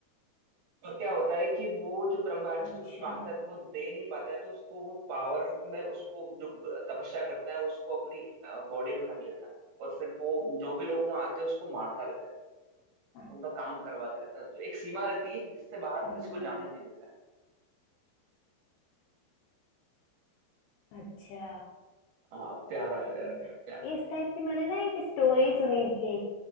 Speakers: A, on the right (about 60°); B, on the left (about 80°).
A: पर क्या होता है कि वो जो ब्रह्म राक्षस
B: अच्छा
A: कुछ मांगता है तो वो दे नहीं पाता है तो उसको वो पावर में उसको जो ब- तपस्या करता है उसको अपनी बॉडी में कर लेता है और फिर वो जो भी लोग वहां आते हैं उसको मारता रहता है
B: अ-
A: उनका काम करवाते रहता है तो एक सीमा रहती है जिससे बाहर वो
B: हाँ
A: किसी को जाने नहीं देता है
B: अच्छा
A: हाँ प्यारा है
B: हाँ,
A: प्यारा प्यारा प्यारा
B: इस टाइप की मैंने ना एक स्टोरी सुनी थी